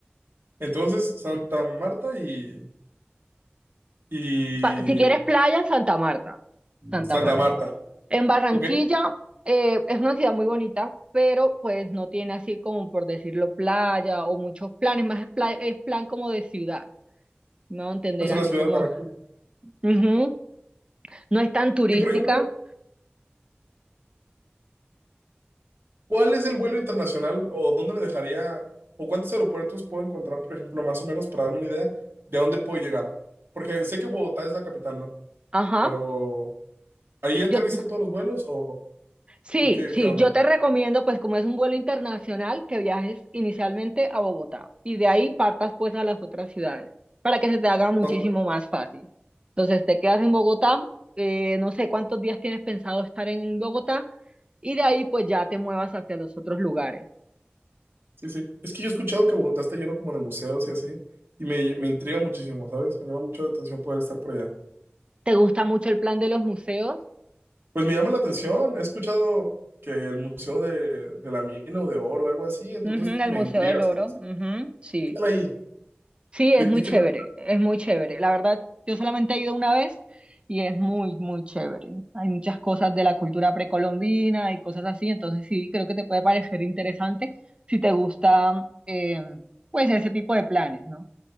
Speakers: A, on the right (about 60°); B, on the right (about 25°).
A: Entonces, Santa Marta y, y
B: Pa- si quieres playa, Santa Marta, Santa
A: Santa
B: Marta.
A: Marta,
B: En Barranquilla
A: ¿ok?
B: eh, es una ciudad muy bonita, pero pues no tiene así como por decirlo playa o muchos planes, más es, pla- es plan como de ciudad, ¿no? Entender
A: Es una
B: así
A: ciudad
B: como,
A: Barranquilla.
B: ujú, no es tan turística.
A: Y por ejemplo, ¿cuál es el vuelo internacional o dónde me dejaría o cuántos aeropuertos puedo encontrar, por ejemplo, más o menos para darme una idea de a dónde puedo llegar? Porque sé que Bogotá es la capital, ¿no?
B: Ajá.
A: Pero ¿ahí aterrizan
B: Yo,
A: todos los vuelos o,
B: sí,
A: o qué,
B: sí,
A: qué onda?
B: yo te recomiendo, pues como es un vuelo internacional, que viajes inicialmente a Bogotá y de ahí partas pues a las otras ciudades para que se te haga muchísimo
A: Más o menos.
B: más fácil. Entonces te quedas en Bogotá, eh, no sé cuántos días tienes pensado estar en Bogotá y de ahí pues ya te muevas hacia los otros lugares.
A: Sí, sí. Es que yo he escuchado que Bogotá está lleno como de museos y así, y me, me intriga muchísimo, ¿sabes? Me llama mucho la atención poder estar por allá.
B: ¿Te gusta mucho el plan de los museos?
A: Pues me llama la atención. He escuchado que el Museo de, de la Mina o de Oro, algo así, entonces
B: Ujú, el
A: me
B: Museo
A: intriga.
B: del Oro,
A: ¿sabes?
B: ujú, sí.
A: ¿Qué tal ahí?
B: Sí, es
A: ¿De, de
B: muy chévere,
A: qué trata?
B: es muy chévere. La verdad, yo solamente he ido una vez y es muy, muy chévere. Hay muchas cosas de la cultura precolombina y cosas así, entonces sí, creo que te puede parecer interesante si te gusta, eh, pues, ese tipo de planes, ¿no?